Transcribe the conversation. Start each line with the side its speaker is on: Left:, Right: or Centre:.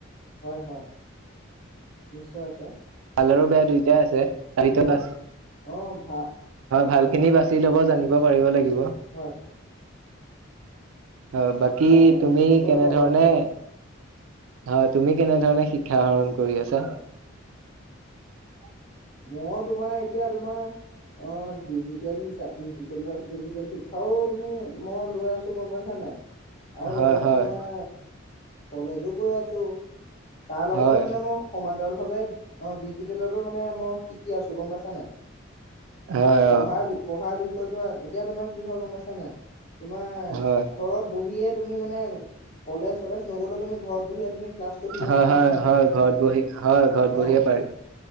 Left: হয়, হয়, নিশ্চয় আছে।
Right: ভালৰো বেয়া দুইটাই আছে।
Left: তোমাৰ
Right: <unintelligible>
Left: অ ভা
Right: ভাল
Left: অ
Right: খিনি বাচি লব জানি পাৰিব লাগিব।
Left: হয়।
Right: হয় বাকী
Left: হয়
Right: তুমি
Left: সেইটো হয়
Right: কেনেধৰণে
Left: বাৰু আচলতে
Right: হয় তুমি কেনেধৰণে শিক্ষ আহৰণ কৰি আছা
Left: হয়
Right: অ
Left: মই তোমাৰ এতিয়া তোমাৰ অ ডিজিটেল হিচাপ ডিজিটেলৰ ডিজিটেল শিক্ষাও তুমি মই লৈ আছো গম পাইছা নাই আৰু
Right: হয়
Left: লগতে
Right: হয়
Left: তোমাৰ কলেজো গৈ আছো তাৰ লগতে
Right: হয়
Left: মানে মই সমান ভ অিি মানে আম শিক কি আছো গম পাইছা নাই
Right: হয়
Left: পঢ়া
Right: অ
Left: পঢ়াৰ বিষয় কৈত আৰু এতিয়া তোমাৰ কি হয় গম পাইছা নাই তোমাৰ
Right: হয়
Left: ঘৰত বহিয়ে তুমি মানে কলেজ চলেজ নগ'লেও তুমি ঘৰত বহিয়ে তুমি ক্লাছ কৰি থাকিব
Right: হয়
Left: পাৰা
Right: হয়
Left: নহয়
Right: হয় ঘৰত বহি হয় ঘৰত বহিয়ে
Left: অ
Right: পাৰি